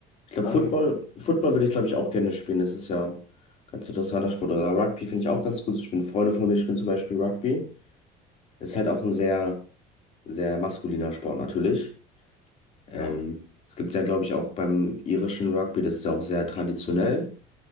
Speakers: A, on the left; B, on the left.
A: Ich glaube,
B: dann
A: Football,
B: geht's.
A: Football würde ich, glaube ich, auch gerne spielen. Das ist ja ein ganz interessanter Sport. Oder Rugby finde ich auch ganz gut. Ich bin Freunde von mir, spielen zum Beispiel Rugby. Ist halt auch ein sehr, sehr maskuliner Sport natürlich. Ähm,
B: Ja,
A: es gibt ja, glaube ich, auch beim irischen Rugby, das ist ja auch sehr traditionell.